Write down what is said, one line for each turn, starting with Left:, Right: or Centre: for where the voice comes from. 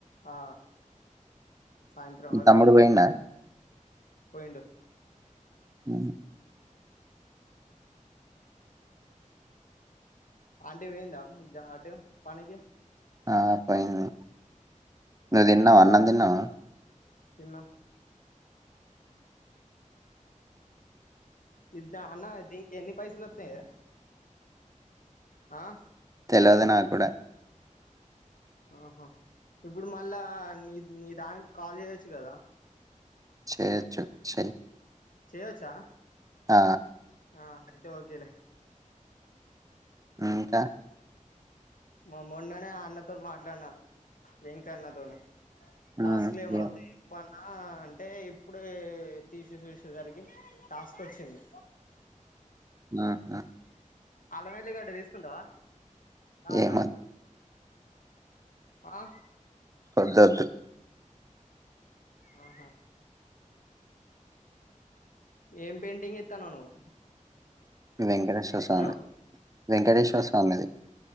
Left: ఆ సాయంత్రం
Right: మీ
Left: వరకు
Right: తమ్ముడు
Left: దిగిన
Right: పోయిండా
Left: పోయిండు
Right: అ
Left: ఆంటే వేయంద అటుపనీకి
Right: ఆ పయింది నువ్వు తిన్నావ అన్నం తిన్నావా
Left: తిన్న ఇద్ద అన్న అది ఎన్ని పైసలు వత్త యే ఆ
Right: తెలవదే నాక్ కూడా
Left: ఆహా ఇప్పుడు మళ్ళా నీ నీ దానికి కాల్ చేయొచ్చు కదా
Right: చేయచ్చు చేయి
Left: చేయొచ్చా
Right: ఆ
Left: ఆ అయితే ఒకే లే
Right: అంటా
Left: మా మొన్ననే ఆ అన్నతో మాట్లాడిన వెంకి అన్నతోనే
Right: హ్మ్
Left: టాస్కులు లే మొ
Right: ఏం
Left: వత్తే చెప్పు అన్న అఅంటే ఇప్పుడే తీసి చూసేసరికి టాస్క్ వచ్చింది
Right: ఆ ఆ
Left: అల్లవల్లి గడ్డ తీసుకుంటావా కావాలా
Right: ఏమద్
Left: ఆ
Right: ఉండొద్దు
Left: ఆహా ఏం పెయింటింగ్ ఇత్తన నువ్వు
Right: వేంకటేశ్వర స్వామి
Left: హలో
Right: వెంకటేశ్వర స్వామిది